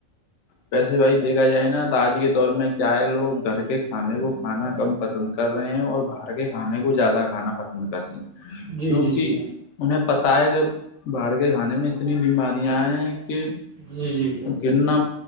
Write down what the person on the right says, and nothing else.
جی
جی جی
جی جی